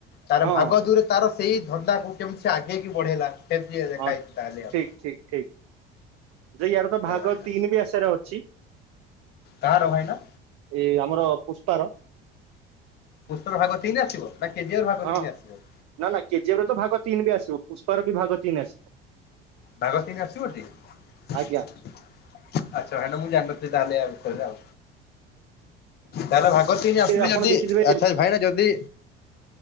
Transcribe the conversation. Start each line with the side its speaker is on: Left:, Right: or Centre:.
Left: ତାର
Right: ହଁ
Left: ଭାଗ ଦୂରେ ତାର ସେଇ ଧନ୍ଦାକୁ କେମିତି ସେ ଆଗେଇକି ବଢେଇଲା ସେମିତି ଦେଖା
Right: ହଁ
Left: ହେଇଛି ତାହେଲେ ଆଉ
Right: ଠିକ ଠିକ ଯେ ୟାର
Left: ଆଚ୍ଛା
Right: ତ ଭାଗ
Left: ଭାଇନା
Right: ତିନି ବି ଆସାରେ ଅଛି।
Left: କାହାର ଭାଇନା?
Right: ଇଏ ଆମର ପୁଷ୍ପାର।
Left: ପୁସ୍ତର ଭାଗ ତିନି ଆସିବ ନା କେଜିର ଭାଗ
Right: ହଁ
Left: ତିନି ଆସିବ।
Right: ନା ନା କେଜିଏର ତ ଭାଗ ତିନି ବି ଆସିବ ପୁଷ୍ପାର ବି ଭାଗ ତିନି ଆସିବ।
Left: ଭାଗ ତିନି ଆସିବ ଟି ଆଛା
Right: ଆଜ୍ଞା
Left: ଭାଇନା ମୁଁ ଜାଣିନଥିଲି ତାହାଲେ ଆଉ ତାର ଭାଗ ତିନି
Right: ହୁଁ
Left: ଆସିଲେ
Right: ଆପଣ
Left: ଯଦି
Right: ଦେଖିଥିବେ
Left: ଆଚ୍ଛା ଭାଇନା ଯଦି